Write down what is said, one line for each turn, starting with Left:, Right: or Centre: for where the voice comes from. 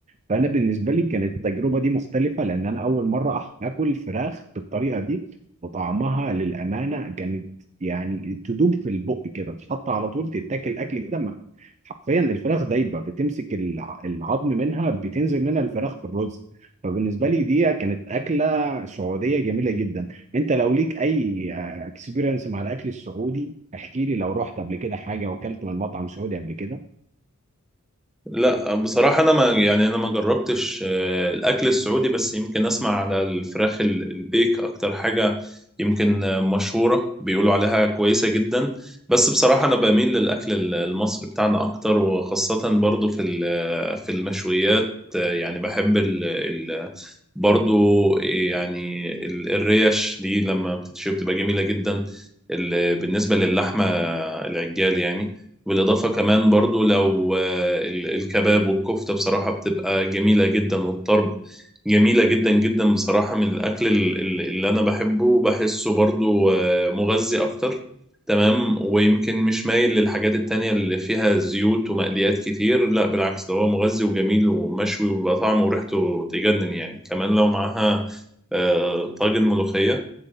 Right: فانا بالنسبه لي كانت التجربه دي مختلفه لان انا اول مره أح- اكل فراخ بالطريقه دي وطعمها للامانه كانت يعني تدوب في البق كده تحط على طول تتاكل اكل كده ما- حرفيا الفراخ دايبه بتمسك الع- العظم منها بتنزل منها الفراخ في الرز فبالنسبه لي دي كانت اكله سعوديه جميله جدا انت لو ليك اي اكسبيرينس مع الاكل السعودي احكي لي لو رحت قبل كده حاجه واكلت من مطعم سعودي قبل كده
Centre: لا بصراحة أنا ما يعني أنا ما جربتش آه، الأكل السعودي بس يمكن أسمع على الفراخ ال- البيك أكتر حاجة يمكن آه، مشهورة بيقولوا عليها كويسة جدا بس بصراحة أنا بميل للأكل ال- المصري بتاعنا أكتر وخاصة برضو في ال- آه، في المشويات آه، يعني بحب ال ال برضو يعني ال- الريش دي لما بتتشوي بتبقى جميلة جدا ال- بالنسبة للحمة العجال يعني بالإضافة كمان برضو لو آه، ال- الكباب والكفتة بصراحة بتبقى جميلة جدا والطرب جميلة جدا جدا بصراحة من الأكل ال- ال- اللي أنا بحبه وبحسه برضو آه، مغذي أكتر تمام ويمكن مش مايل للحاجات التانية اللي فيها زيوت ومقليات كتير لا بالعكس ده هو مغذي وجميل ومشوي وبيبقى طعمه وريحته تجنن يعني كمان لو معاها آه، طاجن ملوخية